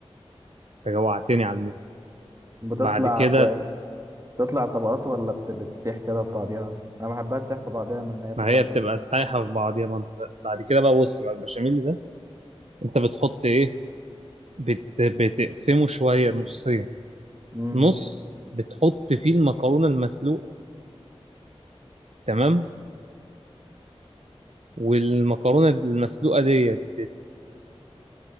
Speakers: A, on the right; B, on the right.
A: انت جوعتني على الميس
B: بتطلع
A: بعد كده
B: ب... بتطلع طبقات ولا بت... بتسيح كده في بعضيها انا بحبها تسيح في بعضيها من ان هي تطلع
A: ما هي
B: طبقات
A: بتبقى سايحه في بعضيها ما انت بعد كده بقى بص بقى البشاميل ده انت بتحط ايه بت... بتقسمه شويه نصين
B: امم
A: نص بتحط فيه المكرونه المسلوقه تمام والمكرونه المسلوقه ديت بت...